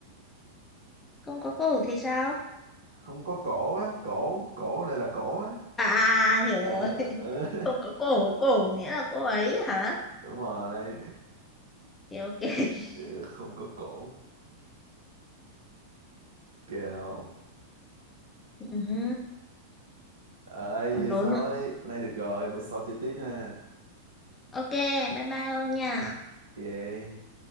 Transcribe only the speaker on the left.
không có cổ thì sao
à à, à, hiểu
rồi <laughs>
không có cổ cổ nghĩa là cô ấy hả
ok ok <laughs>
Ừ hứ,
còn
đố
nữa
ok bye bye ông nha